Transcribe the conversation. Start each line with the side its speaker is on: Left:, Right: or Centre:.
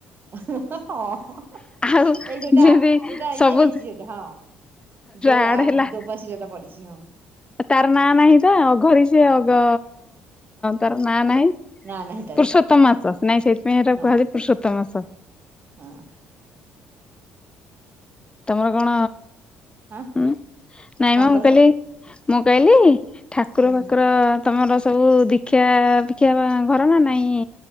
Right: ହଁ ହଁ। ଏଇ
Left: ଆଉ
Right: ଯୋଉଟା
Left: ଯେମିତି
Right: ଯୋଉଟା
Left: ସବୁ
Right: ଇଏ ହେଇଚି ଯୋଉଟା ହଁ। ଦୋ
Left: ଆଡ
Right: ଆ
Left: ହେଲା
Right: ଦୋ ମାସି ଯୋଉଟା ପଡିଚି ହଁ।
Left: ତାର ନାଁ ନାହିଁ ତ ଅଘରି ସେ ଅଗ ତାର ନାଁ ନାହିଁ।
Right: ନା ନାହିଁ ତାରି
Left: ପୁରୁଷୋ ତମ ମାସ। ନାଇଁ ସେଥିପାଇଁ ଏଇଟା
Right: ହଁ
Left: କୁହାଯାଇଚି ପୁରୁଷୋତ୍ତମ ମାସ।
Right: ହଁ।
Left: ତମର କଣ
Right: ହଁ
Left: ଉଁ ନାଇଁ
Right: କଣ
Left: ମ ମୁଁ
Right: କହିଲେ
Left: କହଲି ମୁଁ କହିଲି ଠାକୁର
Right: ହୁଁ
Left: ଫାକୁର ତମର ସବୁ ଦୀକ୍ଷା ଫିକ୍ଷା ଘର ନା ନାଇଁ